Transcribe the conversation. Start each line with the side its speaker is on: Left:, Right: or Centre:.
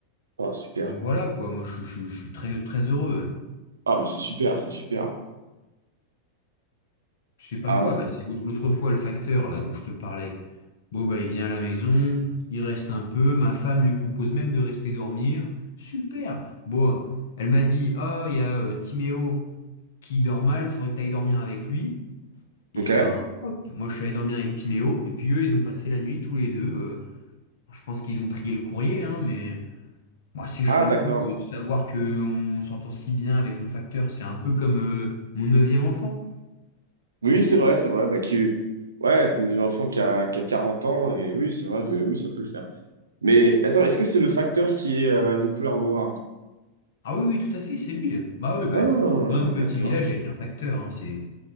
Right: Oh, super.
Left: Voilà quoi, moi je, je- je suis très, très heureux.
Right: Ah, mais c'est super, c'est super.
Left: Je sais pas
Right: Ah,
Left: quoi,
Right: bon.
Left: bah, c'est l'autre l'autre fois le facteur là dont je te parlais. Bon, bah, il vient à la maison, il reste un peu, ma femme lui propose même de rester dormir. Super! Bon, elle m'a dit, oh, il y a euh, Timéo qui dort mal, faudrait que tu ailles dormir avec lui.
Right: ok.
Left: Et ben, hop, moi je suis allé dormir avec Timéo, et puis eux, ils ont passé la nuit tous les deux. euh, je pense qu'ils ont trié le courrier, hein, mais moi c'est chouette,
Right: Ah, d'accord.
Left: quoi, de savoir qu'on s'entend si bien avec le facteur. C'est un peu comme euh, mon neuvième enfant.
Right: Oui, c'est vrai, c'est vrai. Bah, qui, ouais, un enfant qui a, qui a 40 ans, et oui, c'est vrai, mais oui, ça peut le faire. Mais attends, est-ce que c'est le facteur qui est euh, de couleur noire?
Left: Ah oui, oui, tout à fait, c'est lui. Bah oui, bah,
Right: Ah,
Left: dans notre petit
Right: d'accord.
Left: village, il n'y a qu'un facteur, hein, c'est...